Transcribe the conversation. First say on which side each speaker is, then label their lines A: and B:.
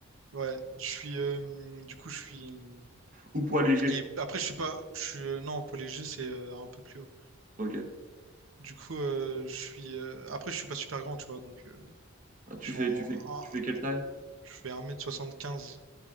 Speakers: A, on the right; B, on the right.
A: ouais, je suis euh, du coup je suis
B: ou poids léger?
A: Et après, je suis pas. Je suis, euh, non, poids léger, c'est euh, un peu plus haut.
B: Ok.
A: Du coup, euh, je suis. euh, après, je suis pas super grand, tu vois. Donc, euh,
B: Ah, tu
A: je suis
B: fais,
A: en.
B: tu fais,
A: un-
B: tu fais quelle taille?
A: je fais un mètre soixante quinze